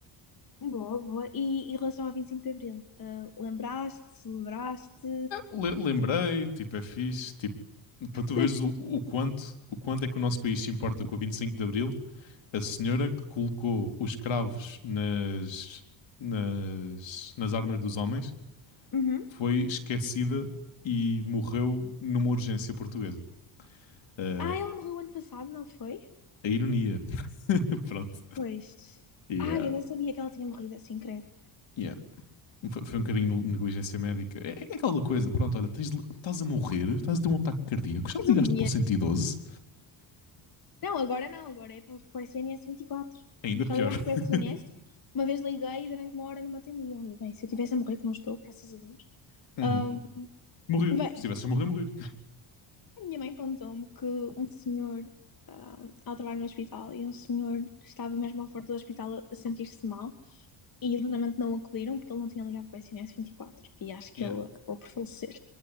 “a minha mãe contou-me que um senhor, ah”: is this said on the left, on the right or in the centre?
Left